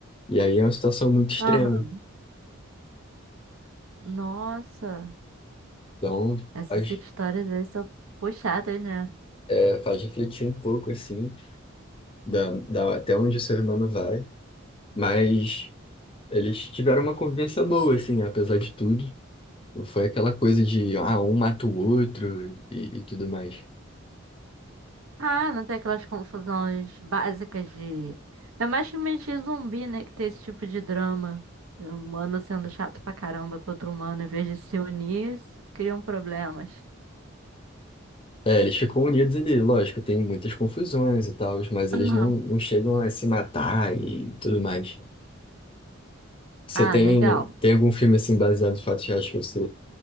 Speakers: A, on the left; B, on the right.
A: E aí é uma situação muito extrema.
B: Aham. Nossa.
A: Então,
B: Essas
A: faz,
B: histórias aí são puxadas, né?
A: é, faz refletir um pouco, assim, da, da- até onde o ser humano vai. Mas eles tiveram uma convivência boa, assim, apesar de tudo. Não foi aquela coisa de, ah, um mata o outro e, e tudo mais.
B: Ah, não tem aquelas confusões básicas de. É mais filmes de zumbi, né? Que tem esse tipo de drama. É Um humano sendo chato pra caramba com outro humano, em vez de se unir, s- criam problemas.
A: É, eles ficam unidos ali, lógico, tem muitas confusões e tal, mas eles
B: Aham.
A: não, não chegam a se matar e tudo mais. Você
B: Ah,
A: tem,
B: legal.
A: tem algum filme assim baseado em fatos reais que você,